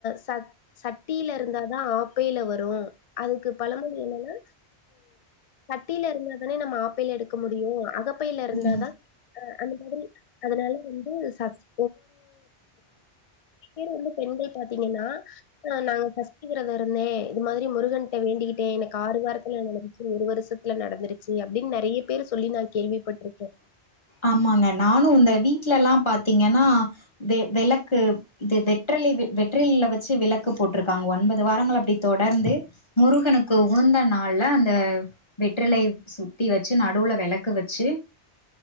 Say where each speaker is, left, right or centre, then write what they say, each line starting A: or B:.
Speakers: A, on the left; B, on the left.
A: சஷ் சட்டில இருந்தா தா ஆப்பைல வரு அதுக்கு பழமொழி என்னன்னா சட்டில இருந்தா தானே நம்ம ஆப்பைல எடுக்க முடியு அகப்பைல இருந்தாதா
B: ம்
A: ஆ அந்த மாரி அதனால வந்து சஷ்டி நறைய பேர் வந்து பெண்கள் பாத்திங்கன்னா ஆ நாங்க சஷ்டி விரதோ இருந்தே இது மாதிரி முருகன்ட வேண்டிக்கிட்டே எனக்கு ஆறு வாரத்துல நடந்துச்சு ஒரு வருஷத் ல நடந்துருச்சு அப்டின்னு நெறைய பேரு சொல்லி நா கேள்விப்பட்ருக்கே
B: ஆமாங்க நானு இந்த வீட்லல்லா பாத்திங்கன்னா வெ வெளக்கு இது வெற்றிலை வெற்றிலைல வச்சு விளக்கு போட்ருக்காங்க ஒன்பது வாரங்கள் அப்டி தொடர்ந்து முருகனுக்கு உகந்த நாள்ல அந்த வெற்றிலை சுத்தி வெச்சு நடுல வெளக்கு வெச்சு